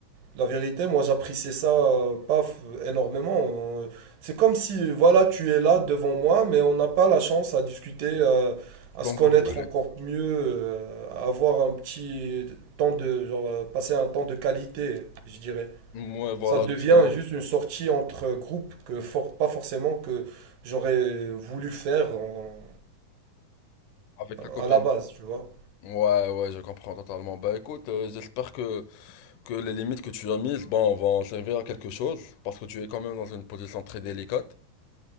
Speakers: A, on the right; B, on the left.
A: La vérité, moi, j'appréciais ça euh, pas f- énormément. Euh, C'est comme si, voilà, tu es là devant moi, mais on n'a pas la chance à discuter, euh, à
B: Comme
A: se connaître
B: vous voulez.
A: encore mieux, euh, à avoir un petit temps de, genre, euh, passer un temps de qualité, je dirais.
B: Ouais, voilà,
A: Ça devient
B: justement,
A: juste une sortie entre groupes que for- pas forcément que j'aurais voulu faire en-
B: avec ta copine.
A: à la base, tu vois.
B: Ouais, ouais, je comprends totalement. Bah écoute, euh, j'espère que, que les limites que tu as mises, bon, vont servir à quelque chose, parce que tu es quand même dans une position très délicate.